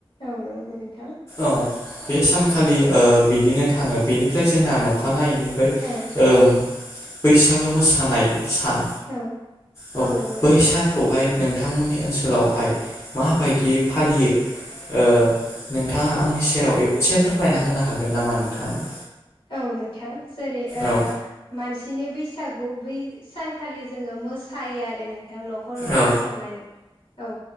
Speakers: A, on the left; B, on the left.
A: औ नंगौ नोंथां
B: औ बे सानखालि ओ बिदिनो थाङो बेनिफ्राय जोंना नखानायैनिफ्राय
A: औ
B: ओ बैसागो मोसानाय सान
A: औ
B: औ
A: नंगौ नोंथां
B: बै सानखौहाय नों नोंथांमोननि ओनसोलावहाय माबायदियै फालियो? ओ नोंथाङा आंनि सेराव एसे फोरमायना होनो हागोन नामा नोंथां?
A: औ नोंथां जेरै ओ
B: औ
A: मानसिनि बैसा गु बै सानखालि जोङो मोसायो आरो नोंथां नखर नखर
B: औ
A: थांनानै औ